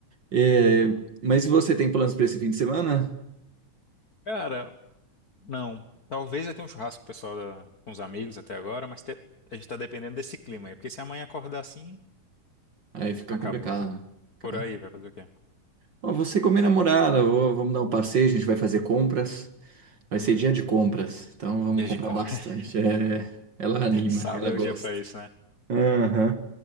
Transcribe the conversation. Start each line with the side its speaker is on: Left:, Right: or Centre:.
Right: É,
Left: que mal.
Right: mas e você tem planos para esse fim de semana?
Left: Cara, não. Talvez eu tenha um churrasco com o pessoal da... com os amigos até agora, mas te- a gente tá dependendo desse clima aí. Porque se amanhã acordar assim,
Right: Aí fica
Left: acabou
Right: complicado,
Left: tudo.
Right: né? Fica-
Left: Por aí, vai fazer o quê?
Right: Ó, você com a minha namorada, ó, vamos dar um passeio, a gente vai fazer compras. Vai
Left: Hum.
Right: ser dia de compras, então vamos
Left: Dia
Right: comprar
Left: de com...
Right: bastante.
Left: <laughs>
Right: É, ela anima,
Left: Sábado
Right: ela
Left: é
Right: gosta.
Left: o dia pra isso, né?
Right: Aham.